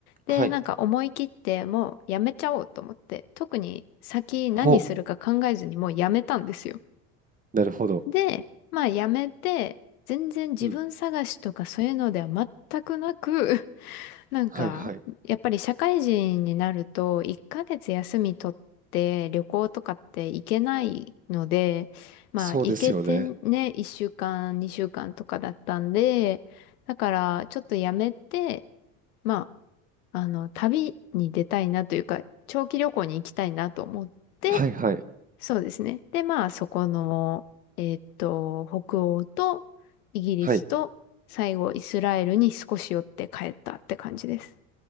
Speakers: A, on the right (about 20°); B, on the left (about 85°).
A: はい。
B: で、なんか思い切って、もうやめちゃおうと思って、特に先何するか考えずにもうやめたんですよ。
A: ほう、なるほど。
B: で、まあやめて、全然自分探しとかそういうのでは全くなく
A: うん、
B: なんか、
A: はい、はい。
B: やっぱり社会人になると、1ヶ月休み取って旅行とかって行けないので、まあ行けてね、
A: そうですよね。
B: 1週間、2週間とかだったんで、だからちょっとやめて、まあ、あの、旅に出たいなというか、長期旅行に行きたいなと思って、
A: はい、はい、
B: そうですね。で、まあそこの、えっと、北欧とイギリスと最後イスラエルに少し寄って帰ったって感じです。
A: はい。